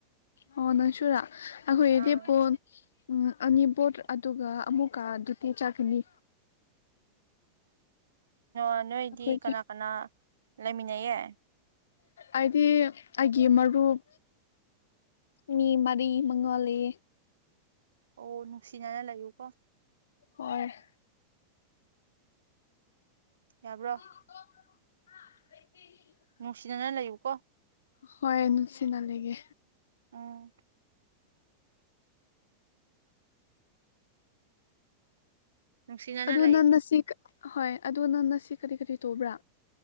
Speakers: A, on the left; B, on the right.
A: ꯑꯣ ꯅꯆꯨꯔꯥ ꯑꯩꯈꯣꯏ ꯌꯦꯗꯤ
B: ꯑꯥ
A: ꯐꯣꯣꯟ ꯎꯝ ꯑꯅꯤ ꯕꯣꯠ ꯑꯗꯨꯒ ꯑꯃꯨꯛꯀ ꯑꯗꯨꯗꯤ <unintelligible> ꯆꯥꯒꯅꯤ
B: ꯑ ꯅꯣꯏꯗꯤ
A: ꯑꯩꯈꯣꯏꯁꯦ
B: ꯀꯅꯥ ꯀꯅꯥ ꯂꯩꯃꯤꯟꯅꯩꯌꯦ
A: ꯑꯩꯗꯤ ꯑꯩꯒꯤ ꯃꯔꯨꯞ ꯃꯤ ꯃꯔꯤ ꯃꯉꯥꯜꯂꯤ
B: ꯑꯣ ꯅꯨꯡꯁꯤꯅꯅ ꯂꯩꯌꯨ ꯀꯣ
A: ꯍꯔ <unintelligible>
B: ꯌꯥꯕ꯭ꯔꯣ
A: <unintelligible>
B: ꯅꯨꯡꯁꯤꯅꯅ ꯂꯩꯌꯨꯀꯣ
A: ꯍꯣꯏ ꯅꯨꯁꯤꯅ ꯂꯩꯒꯦ
B: ꯎꯝ ꯅꯨꯡꯁꯤꯅꯅ
A: ꯑꯗꯣ
B: ꯂꯩꯌꯨ
A: ꯅꯪꯉꯁꯤ ꯍꯣꯏ ꯑꯗꯣ ꯅꯪꯉꯁꯤ ꯀꯔꯤ ꯀꯔꯤ ꯇꯧꯕ꯭ꯔꯥ